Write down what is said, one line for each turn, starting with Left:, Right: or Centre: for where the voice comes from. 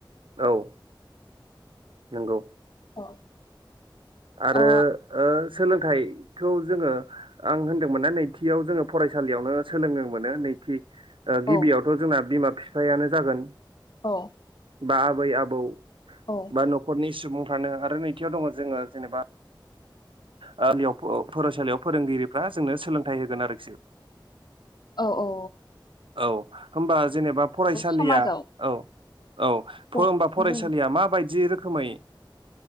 Right: औ नोंगौ।
Left: अ
Right: आरो
Left: औ
Right: ओ सोलों थाइखौ जोङो आं होन्दोंमोन्ना नैथियाव जोङो फरायसालियावनो सोलोंनो मोनो नैथि ओ
Left: औ
Right: गिबियावथ' जोंना बिमा ब फिफायानो जागोन
Left: औ
Right: बा आबै आबौ
Left: औ
Right: बा न'खरनि सुबुं थानो आरो नैथियाव दङ जोङो जेनेबा ओ ओ लियाव फ फरायसालियाव फोरोंगिरिफ्रा जोंनो सोलोंथाइ होगोन आरोखि
Left: औ औ
Right: औ होमबा जेनेबा फरायसालिया
Left: समाजाव
Right: औ औ
Left: बुं
Right: फो होमबा फरायसालिया
Left: बुं
Right: माबायदि रोख खोमै